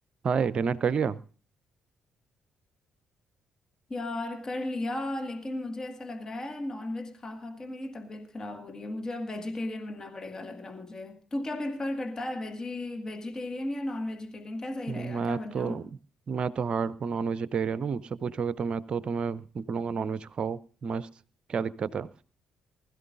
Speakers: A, on the right; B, on the left.
A: हाय डिनर कर लिया
B: यार कर लिया लेकिन मुझे ऐसा लग रहा है नॉनवेज खा खा के मेरी तबीयत खराब हो रही है मुझे अब वेजिटेरियन बनना पड़ेगा लग रहा मुझे तू क्या प्रेफर करता है वेजी वेजिटेरियन या नॉन वेजिटेरियन क्या सही
A: मैं
B: रहेगा क्या बन
A: तो
B: जाऊं
A: मैं तो हार्डकोर नॉन वेजिटेरियन हूँ मुझसे पूछोगे तो मैं तो तुम्हें बोलूँगा नॉन वेज खाओ मस्त क्या दिक्कत है